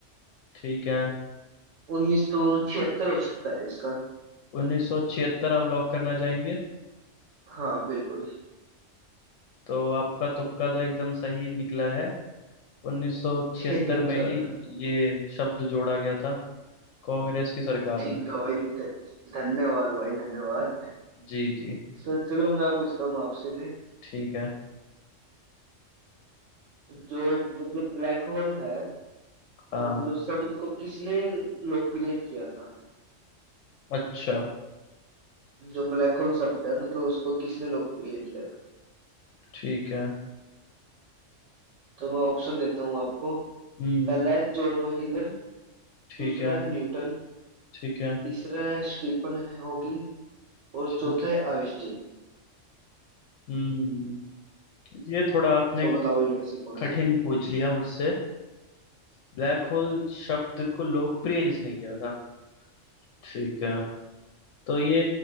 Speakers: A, on the left; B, on the right.
A: ठीक है
B: उन्नीस सौ छिहत्तर हो सकता है इसका
A: 1976 आप लॉक करना चाहेंगे
B: हाँ बिल्कुल
A: तो आपका तुक्का तो एकदम सही निकला है 1976
B: <laughs>
A: में
B: चलो
A: ही ये शब्द जोड़ा गया था कांग्रेस की सरकार
B: ठीक
A: में
B: है भाई ध- धन्यवाद भाई धन्यवाद
A: जी जी
B: तो चलो मैं पूछता हूँ आपसे
A: ठीक है
B: जो मतलब ब्लैक होल है
A: हाँ
B: मतलब शब्द को किसने लोकप्रिय किया था
A: अच्छा
B: जो ब्लैक होल शब्द है मतलब उसको किसने लोकप्रिय किया था
A: ठीक है
B: तो मैं ऑप्शन देता हूँ आपको
A: हम्म
B: पहला है जॉन व्हीलर
A: ठीक
B: दूसरा
A: है
B: है न्यूटन
A: ठीक है
B: तीसरा है स्टीफन हॉकिंग और
A: ठीक
B: चौथा है आइंस्टीन
A: हम्म ये थोड़ा आपने
B: तो बताओ इनमें से कौन सा
A: कठिन
B: है
A: पूछ लिया मुझसे ब्लैक होल शब्द को लोकप्रिय जिसने किया था ठीक है तो ये